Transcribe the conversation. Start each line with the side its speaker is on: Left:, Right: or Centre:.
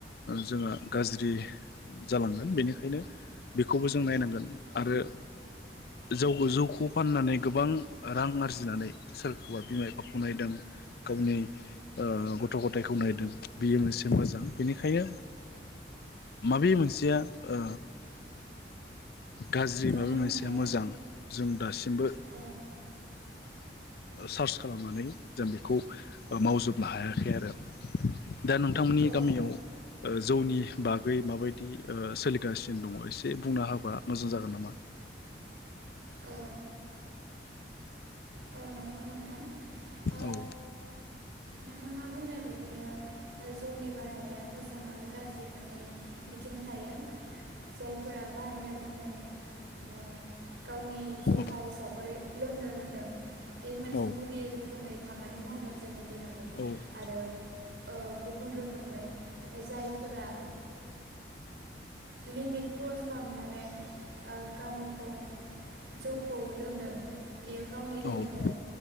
Left: जोङो गाज्रि जालांगोन बेनिखायनो ओंखायनो बेखौबो जों नायनांगोन आरो जौ जौखौ फाननानै गोबां रां आरजिनानै सोरखौबा बिमा बिफाखौ नायदों गावनि गथ' गथायाइखौ नायदों बियो मोनसे मोजां बेनिखायनो माबे मोनसेया ओ गाज्रि
Right: नंगौ
Left: माबा मोनसेया
Right: नोंथां
Left: मोजां जों दासिमबो
Right: औ
Left: सार्च खालामनानै जों बेखौ मावजोबनो हायाखै आरो दा नोंथांमोननि
Right: औ
Left: गामियाव जौनि बागै माबायदि ओ सोलिगासिनो दङ एसे बुंना होबा मोजां जागोन नामा।
Right: औ औ नंगौ नोंथां ओ
Left: औ
Right: नोंथाङा बुंनाय बायदिनो जौनि बाहायनाया मोजां आरो गाज्रि मोननै बिथिं थायो जायफोरा बाहायनो रोंदों ओ गावनि जखा
Left: औ
Right: हिसाबै <unintelligible> बे मोनसे
Left: औ
Right: मुलि रोखोमै खामानि मावदों जोंनि नंगौ
Left: औ
Right: आरो ओ गुबुन रोखोमै जायफोरा लिमिट क्रस खालामनानै ओ गावखौ जौखौ लोंदों बेयो गावनि देहाखौ
Left: औ